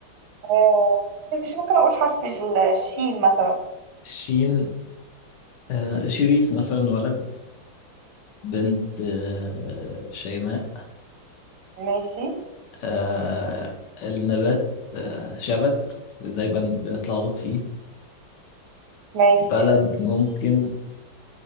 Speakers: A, on the right; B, on the left.
A: آه ماشي ممكن اقول حرف ال- الشين مثلا
B: شين آه شريف مثلا ولد بنت آه شيماء
A: ماشي
B: آه النبات آه شبت دايما بنتلخبط فيه
A: ماشي
B: بلد ممكن